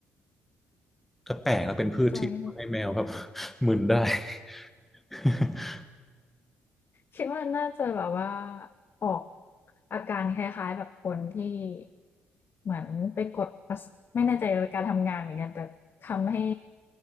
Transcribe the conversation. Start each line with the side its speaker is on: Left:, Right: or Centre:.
Centre: ก็แปลกแล้วเป็นพืชที่ทำให้แมวแบบ
Left: จอย
Centre: <laughs> มึนได้ <laughs>
Left: คิดว่าน่าจะแบบว่าออกอาการคล้ายๆแบบคนที่เหมือนไปกดประสไม่แน่ใจว่าการทำงานเหมือนกันแต่ทำให้